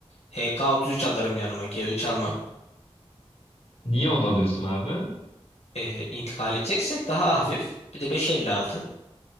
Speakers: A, on the left (about 80°); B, on the left (about 60°).
A: HK-33 alırım yanıma. G3 almam.
B: Niye onu alıyorsun abi?
A: e, intikal edeceksek daha hafif. Bir de 556.